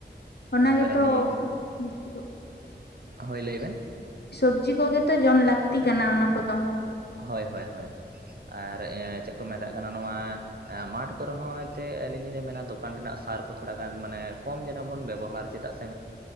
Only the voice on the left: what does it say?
ᱚᱱᱟᱜᱮᱛᱚ
ᱵᱟᱝ ᱴᱷᱤᱠᱚᱜ ᱠᱟᱱᱟ᱾
ᱥᱚᱵᱽᱡᱤ ᱠᱚᱜᱮᱛᱚ ᱡᱚᱢ ᱞᱟᱹᱠᱛᱤ ᱠᱟᱱᱟ ᱚᱱᱟ ᱠᱚᱫᱚ᱾